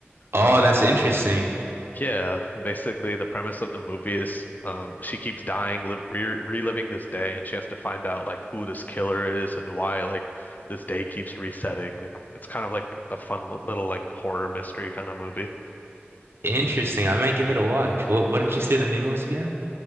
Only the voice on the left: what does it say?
um,
yeah, basically the premise of the movie is um, she keeps dying, live re reliving this day, and she has to find out like who this killer is and why like this day keeps resetting. And it's kind of like a fun li- little like horror mystery kind of movie.